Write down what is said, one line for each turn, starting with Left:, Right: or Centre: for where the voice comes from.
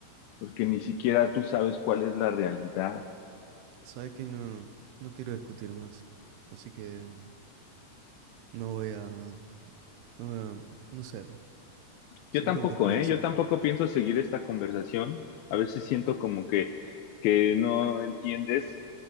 Left: porque ni siquiera tú sabes cuál es la realidad.
Right: Sabes que no, no quiero discutir más. Así que mm, no voy a, no voy a, no sé, seguí
Left: Yo tampoco,
Right: con tus creencias.
Left: ¿eh? Yo tampoco pienso seguir esta conversación. A veces siento como que, que no entiendes